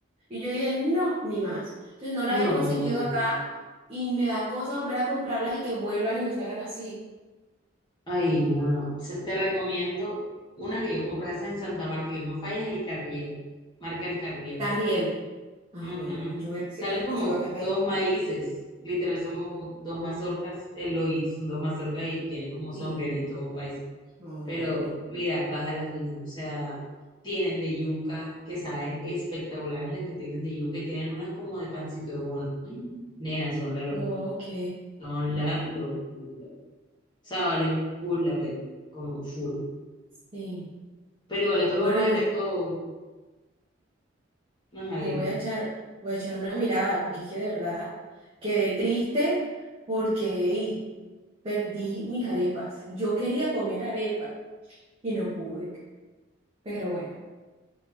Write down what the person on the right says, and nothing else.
Y yo dije, no, ni más. Entonces no las
he conseguido acá y me da cosa volver a comprarlas y que vuelvan y me salgan así.
Carriel.
Ah,
bueno, yo voy a ver si
las consigo
acá en
Valledupar.
Sí,
no,
bueno.
Ok,
sí.
Bueno,
yo,
yo
voy a echar, voy a echar una mirada porque es que de verdad quedé triste porque ey, perdí mis arepas. Yo quería comer arepa y no pude. Pero bueno,